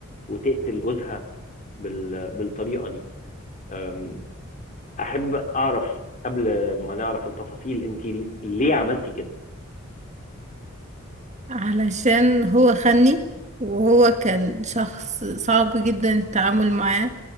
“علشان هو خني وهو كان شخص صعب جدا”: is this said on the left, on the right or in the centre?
Right